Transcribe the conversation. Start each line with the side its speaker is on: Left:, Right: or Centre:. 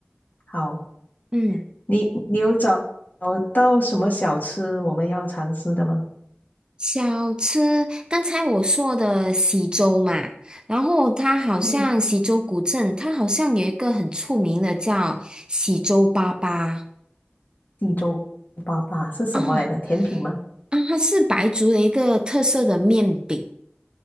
Left: 好，
Right: 嗯。
Left: 你你有找到什么小吃我们要尝试的吗？
Right: 小吃，刚才我说的喜洲嘛，然后它好像喜洲古镇，
Left: 嗯
Right: 它好像有一个很出名的叫喜洲粑粑
Left: 地州粑粑是什么来的？
Right: 啊
Left: 甜品吗？
Right: 啊，它是白族的一个特色的面饼，